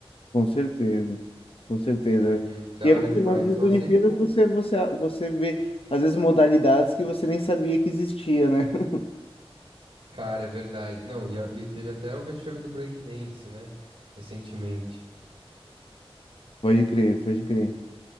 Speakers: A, on the left; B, on the right.
A: com certeza, com certeza.
B: Uhum, da
A: E é
B: hora
A: bom que
B: demais.
A: nas nas
B: Nossa,
A: Olimpíadas
B: sempre bom
A: você, você, você vê, às vezes, modalidades que você nem sabia que existia, né? <laughs>
B: Cara, é verdade. Não, e, a- e teve até o vexame do breakdance, né? Recentemente.
A: Pode crer, pode crer.